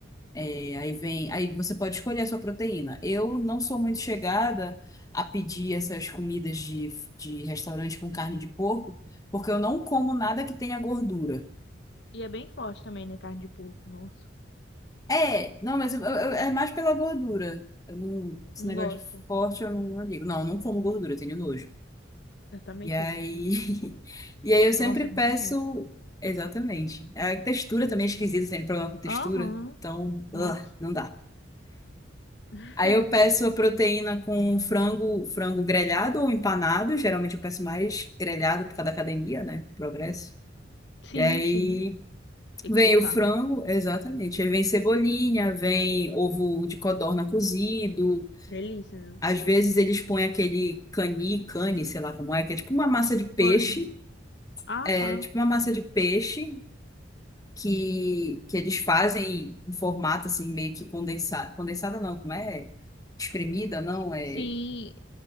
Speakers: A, on the left; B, on the left.
A: é, aí vem, aí você pode escolher a sua proteína. Eu não sou muito chegada a pedir essas comidas de, de restaurante com carne de porco, porque eu não como nada que tenha gordura.
B: E é bem forte também, né? Carne de porco, nossa.
A: É, não, mas eu- eu- é mais pela gordura. Eu não- esse
B: Tu não
A: negócio
B: gosta?
A: de forte eu não, não ligo. Não, eu não como gordura, eu tenho nojo.
B: Eu também
A: E
B: tenho.
A: aí, <laughs> e aí eu sempre
B: Nossa, é bem
A: peço,
B: nojento.
A: exatamente. A textura também é esquisita, tem problema com textura,
B: Aham.
A: então,
B: Nossa.
A: ugh, não dá.
B: <laughs>
A: Aí eu peço a proteína com frango, frango grelhado ou empanado. Geralmente eu peço mais grelhado por causa da academia, né? Progresso.
B: Sim,
A: E aí
B: sim. Tem
A: vem
B: que focar.
A: o frango, exatamente. Aí vem cebolinha, vem ovo de codorna cozido.
B: Delícia, né?
A: Às vezes eles põem aquele cani, cane, sei lá como é, que é tipo uma massa de peixe.
B: Corne. Ah,
A: É
B: tá.
A: tipo uma massa de peixe que, que eles fazem em formato assim, meio que condensado. Condensada não, como é? Espremida, não, é.
B: Sim.